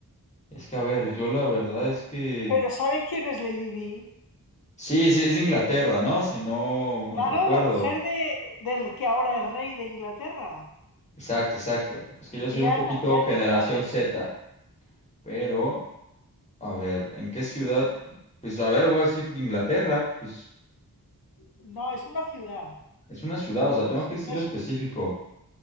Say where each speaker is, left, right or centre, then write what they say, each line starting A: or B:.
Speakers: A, on the left; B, on the left.
A: Es que, a ver, yo la verdad es que...
B: ¿Pero sabes quién es Lady Di?
A: Sí, sí, es de Inglaterra, ¿no? Si no mal
B: Claro,
A: recuerdo.
B: la mujer de, del que ahora es rey de Inglaterra.
A: Exacto, exacto. Es que yo soy
B: Diana,
A: un poquito
B: Diana
A: generación
B: de Gales.
A: Z, pero, a ver, ¿en qué ciudad? Pues, a ver, voy a decir de Inglaterra, pues
B: No, es una ciudad.
A: es una ciudad, o sea,
B: No
A: tengo
B: es,
A: que decirlo
B: no es
A: específico.
B: un-